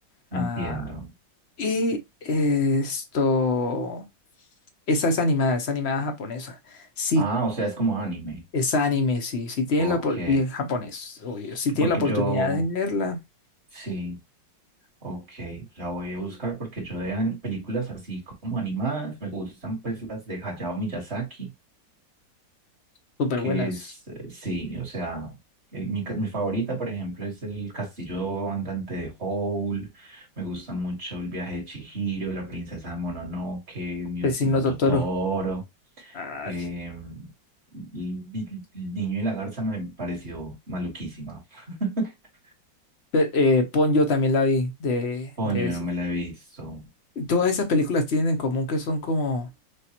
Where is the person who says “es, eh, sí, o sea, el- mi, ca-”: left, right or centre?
Right